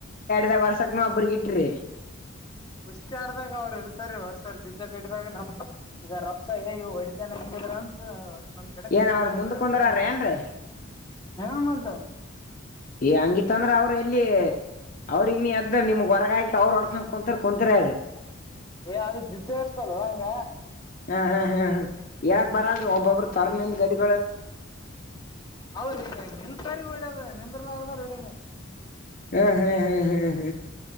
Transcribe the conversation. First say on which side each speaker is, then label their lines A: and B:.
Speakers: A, on the left (about 40°); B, on the left (about 20°).
A: ಡ್ದೇ ವರ್ಷಕ್ಕನುೂ ಒಬ್ಬ್ರಗ ಇಟ್ರಿ
B: ಕುಷತಿ ಆಡ್ದಾಗ ಅವ್ರು ಇರ್ತಾರೆ ಹೊರ್ಸರ್ ಜುದ್ದ ಕಟ್ಟ್ದಾಗ ನಮ್ ಈಗ ರೊಕ್ಕ ಇವು ಹೊಡಿತಾನ ಕ <unintelligible> ನಮ್ ಕಡೆ ಕಟ್ಟಾರ
A: ಏನ್ ಅವ್ರ
B: ಇರ್ತೀರಲ್ರಿ
A: ಮುಂದಕ್ ಕುಂದರಾರ ಏನ್ರೀ
B: ಆಮಂತ
A: ಈ ಹಂಗಿತ್ತ ಅಂದ್ರ ಅವ್ರ ಎಲ್ಲಿ ಅವ್ರಗ್ ನೀ ಅದ್ದ ನಿಮಗ್ ಹೊರಗಾಕಿ ಅವ್ರರು ಹೊಡ್ಕೊಂಡ ಕುಂತರ್ ಕುಂತರರಿ
B: ಏ ಅದ ಜಿದ್ದೆ ಇರ್ತಲ್ವಾ ಹಂಗ
A: ಹ ಹಾ ಹಾ ಹಾ ಹೇಳಕ್ ಬರ್ರೆ ಒಬ್ಬೊಬ್ರು ತೊರೆದು ನಿಂತುಕೊಂಡಿರುತ್ತಾರೆ ಗಡಿ
B: ಅವದು ನಿಂತಾರಿಗೆ ವಿಡ್ದ ನತ್ರಲ್ಲಾರದಾರ ವಿಡ
A: ಹ್ಮ ಹಾ ಹಾ ಹಾ ಹ